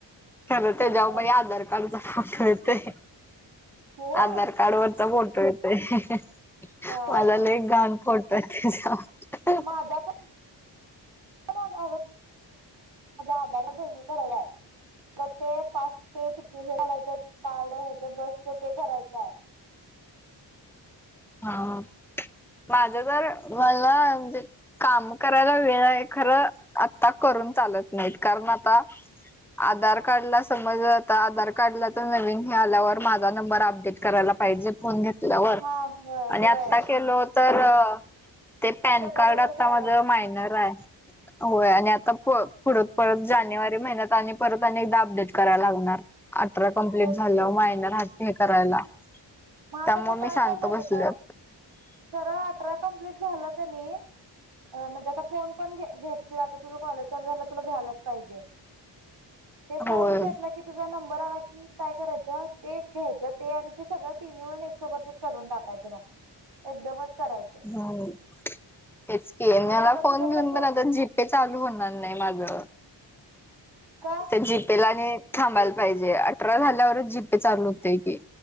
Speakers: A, in the centre; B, on the right.
A: खर
B: तेच की
A: त्याच्याबाई
B: बरोबर आहे सोड
A: आधार
B: ते
A: कार्डचा येतय
B: होय
A: आधार कार्ड वरचा फोटो येतय
B: काय
A: माझा लय घान फोटो आहे त्याचा वर
B: माझा <inaudible> माझा आधार रीन्यू कराला आहे मग ते पाच ते तिकीट काढायचा आहे कार्ड ह्याच बसत ते करायचं आहे
A: तट्ट हा माझ तर मला म्हणजे काम करायला वेळ आहे खरं आता कर करून चालत नाही कारण आता आधार कार्ड ला समज आता आधार कार्डला तर नवीन हे आल्यावर माझा नंबर अपडेट करायला पाहिजे फोन घेतल्यावर
B: हा होय
A: आणि
B: होय
A: आता केलो तर ते पॅन
B: डबल
A: कार्ड
B: डबल
A: आता
B: करायला
A: माझं मायनर आहे होय आणि आता पुढ परत जानेवारी महिन्यात आणि परत अनेकदा अपडेट करायला लागणार अठरा कंप्लीट
B: तेच
A: झालं
B: की
A: मायनर हाय हे करायला
B: मग आता
A: त्यामुळे
B: तू
A: मी
B: काय
A: शांत
B: कर माहतीय
A: बसले
B: सरळ अठरा कंप्लीट झालं क नई म्हणजे आता फोन पण घ्यायची आता तुझ कॉलेजवर झालं तुला घ्यायलाच पाहिजे ते फोन
A: होय
B: घेतला की तुझा नंबर आला की काय करायच ते घ्यायचं ते आणि ते सगळं तिन् मिळून एक सोबतच करून टाकायचे मग एकदमच करायचं
A: हो. हेच की,
B: म्हणजे
A: मला
B: आता
A: फोन
B: तुझ्याकडे
A: घेऊन पण आता जीपे चालू होणार नाही माझ.
B: का
A: तर जीपे ला आणि थांबायला पाहिजे अठरा झाल्यावरच जीपे चालू होतय की.